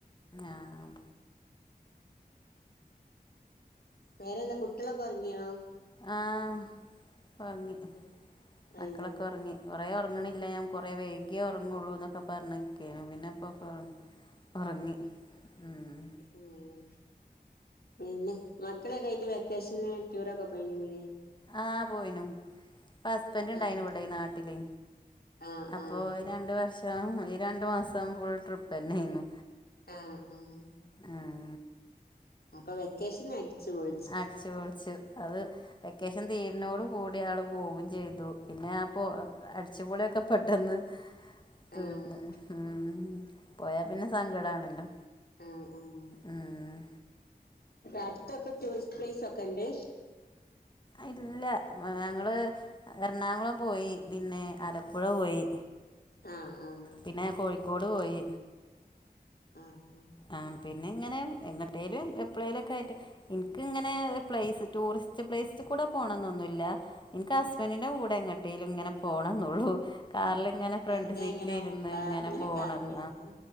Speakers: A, on the left; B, on the left.
A: ആഹ്
B: വേറെന്താ കുട്യളൊക്കെ ഒറങ്ങ്യോ
A: ആഹ് ഒർങ്ങി
B: ആഹ്
A: മക്കളൊക്കെ
B: ആഹ്
A: ഒർങ്ങി കൊറെേ ഒറങ്ങ്ണില്ല ഞാൻ കൊറേ വൈക്യെ ഒറങ്ങൊള്ളൂന്നൊക്കെ പർഞ്ഞ്ക്കേനി പിന്നെപ്പൊ പ്പൊ ഒറങ്ങി ഉം
B: ഉം പിന്നെ മക്കളൊക്കായിട്ട് വെക്കേഷന് ടൂറൊക്കെ പോയ്നിങ്ങലെ
A: ആഹ് പോയീനു ഇപ്പ ഹസ്ബൻറ്ണ്ടായിനു
B: ആഹ്
A: ഇവടെ നാട്ടിലെ
B: ആഹ്
A: അപ്പൊ
B: ആഹ്
A: ഈ രണ്ട് വർഷം ഈ രണ്ടു മാസം ഫുൾ ട്രിപ്പന്നേന്നു
B: ആഹ് ആഹ്
A: ആഹ്
B: അപ്പൊ വെക്കേഷനടിച്ചു പൊൾ
A: അടിച്ചു പൊളിച്ചു അത് വെക്കേഷൻ തീ ന്നോട് കൂടി ആൾ പോവും ചെയ്തു പിന്നെ ആ പോ അടിച്ചുപൊളിക്കെ പെട്ടെന്ന് തീർന്നു
B: ആഹ്
A: ഉം പോയാ പിന്നെ സങ്കടാണല്ലോ
B: ആഹ് ആഹ്
A: ഉം
B: അടുത്തൊക്കെ ടൂറിസ്റ്റ് പ്ലേസൊക്കെണ്ട്
A: ഇല്ല ഞങ്ങള് എറണാകുളം പോയി പിന്നെ ആലപ്പുഴ പോയി
B: ആഹ് ആഹ്
A: പിന്നെ കോഴിക്കോട് പോയി
B: ആഹ് ആഹ്
A: ആഹ് പിന്നെങ്ങനെ എങ്ങട്ടേലും എപ്പളേലൊക്കായിട്ട് ഇൻക്ക്ങ്ങനെ പ്ലേസ് ടൂറിസ്റ്റ് പ്ലേസ്റ്റ്കൂടെ പോണന്നൊന്നുല്ല എനിക്ക് ഹസ്ബൻറിന്റെ കൂടെ എങ്ങട്ടേലും ഇങ്ങനെ പോണ എന്നള്ളു കാറിലിങ്ങനെ
B: ആഹ്
A: ഫ്രണ്ട്
B: വെറുതെ
A: സീറ്റിലിരുന്ന്
B: ഇങ്ങനെ ക
A: ഇങ്ങനെ പോണത്
B: കറങ്ങി നടക്കും